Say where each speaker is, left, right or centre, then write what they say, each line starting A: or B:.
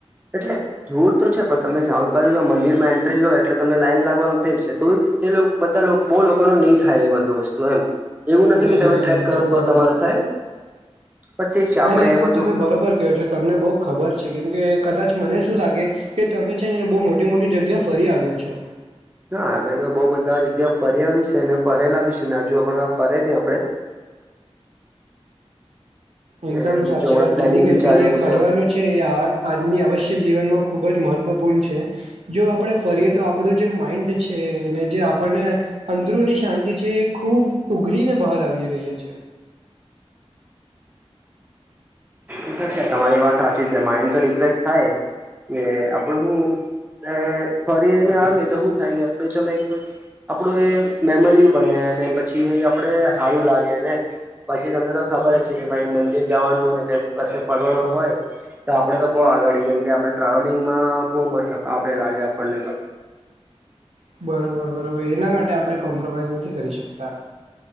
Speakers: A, on the right (about 15°); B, on the right (about 80°).
A: એટલે ધૂર તો છે, પણ તમે સાઉથ બાજુ જો મંદિર માં એન્ટ્રી લો, એટલે તમને લાઈન લાગવાનું તે જ છે તો, એ લો બધા લો, બહુ લોકોનું નહી થાય, એ બધું વસ્તુ એમ એવું
B: નહી
A: નથી કે તમે
B: નહી
A: ટ્રેક
B: એકદમ
A: કરો
B: બરોબર
A: તો તમારું થાય, પણ ઠીક છે
B: નહી
A: આપડે
B: નહી એકદમ
A: એ બધું
B: તમે બરોબર કયો છો. તમને બહુ ખબર છે, કેમ કે કદાચ મને શું લાગે કે તમે છે ને બહુ મોટી-મોટી જગ્યા ફરી આવ્યો છો.
A: હા, અમે તો બહુ બધા જગ્યાએ ફર્યા બી છે ને, ફરેલા બી છે ને જુઓ પણ ફરે ભી આપડે <inaudible>
B: એકદમ
A: ને બીજું
B: સાચી
A: હમણાં
B: વાત
A: પ્લાનિંગ
B: કીધી, કેમ
A: બી ચાલતું
B: કે જે ફરવાનું છે, એ આ આજની અવશ્ય જીવનમાં ખૂબ જ મહત્ત્વપૂર્ણ છે. જો આપણેે ફરીએ તો આપણું જે માઈન્ડ છે, જે આપણને અંદરુની શાંતિ છે, એ ખૂબ ઉઘરીને બહાર આવી રહી છે.
A: એ તો છે, તમારી વાત સાચી છે, માઈન્ડ તો રિફ્રેશ થાય. ને આપડે શું, ને ફરી ને આવીએ તો શું થાય, આપડે ચાલ આપણું એ મેમરી બને ને, પછી આપણેે હારું લાગે ને પછી તમને તો ખબર જ છે કે ભાઈ મંદિર જવાનું ને, પછી ફરવાનું હોય. તો આપડે તો બહુ આગાડી કેમ કે, આપડે ટ્રાવેલિંગમાં બહુ મસ આપણે લાગે, આપણને તો
B: બરોબર-બરોબર એના માટે આપણે કોમ્પ્રોમાઈઝ નથી કરી શકતા.